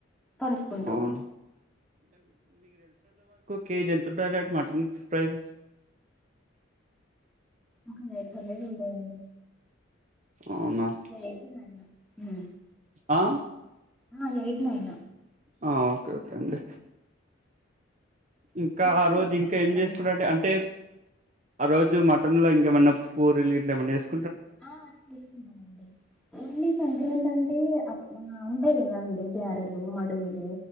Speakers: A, in the centre; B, on the right.
A: పంచుకుంటారు
B: అవును కేజ ఎంత ఉంటది అండి మటన్ ఫ్రైస్
A: ఒక యైట్ హండ్రెడ్ ఉంటది అండి
B: అవునా
A: లెడ్ అంటే నైన్ హండ్రెడ్ హ్మ
B: ఆ
A: ఆ ఎయిట్ నైన్
B: ఆ ఓకే ఓకే అండి ఇంకా
A: ఎక్కువ
B: ఆ రోజు
A: ఉంటదండి
B: ఇంకా ఏం
A: ప్రైజ్
B: చేసుకున్నంటే అంటే ఆ రోజు మటన్ లో ఇంకేమైన్నా కూరలు ఇట్లా ఏమైన్నా వేసుకో
A: ఆ తీసుకుంటానండి సంక్రాంతి అంటే అ ఉంటాయి కదా అండి గారెలు మడుగులు